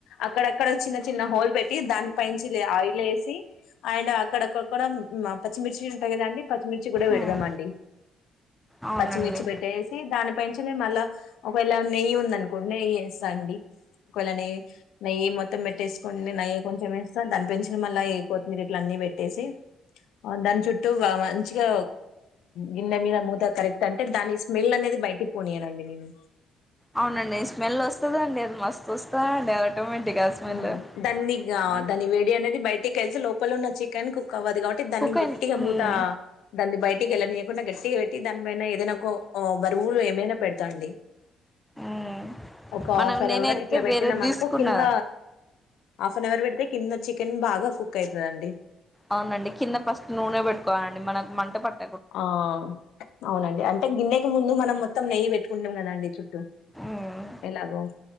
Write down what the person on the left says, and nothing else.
అక్కడక్కడ చిన్న చిన్న హోల్ పెట్టి దానిపైంచి ఆయిల్ వేసి అండ్ అక్కడక్కక్క పచ్చిమిర్చి ఉంటాయి కదండి పచ్చిమిర్చి కూడా పెడదామ
అండి
పచ్చిమిర్చి పెట్టేస్ దాని పెంచి మళ్ళా ఒకవేళ నెయ్యి ఉందినుకోండి నెయ్యి వేస్తా అండి ఒకవేళ నెయ్యి నెయ్యి మొత్తం పెట్టేసుకోని నెయ్యి కొంచెం వేస్తా దాని పెంచ మళ్ళ కొత్తిమీర ఇట్ల అన్ని పెట్టేసి దాని చుట్టూ మంచిగా గిన్నె మీద మూత కరెక్ట్ గా అంటే దాని స్మెల్ అనేది బయటికి పోనియానండి నేను
ఉమ్. దాన్ని
దాని వేడి అనేది బయటికి వెళ్తే లోపల ఉన్న చికెన్ కుక్ అవ్వదు కాబట్టి దాన్ని
గట్టిగా
మూత దాన్ని బయట గట్టికిెళ్ళనీయకుండా గట్టిగా పెట్టి దానిపైన ఏదైనా ఒక బరువులు ఏమైనా పెడతాండి
ఒక హాఫ్
అన్
అవర్ ఇట్లా పెట్టినామ
అనుకో కింద హాఫ్ అన్ అవర్ పెడితే కింద చికెన్ బాగా కుక్ అవుతుందండి
ఆ అవునండి అంటే గిన్నెకి ముందు మనం మో త్తంెయిట్టుకుాం కదండి చూ టూ
ఎలాగో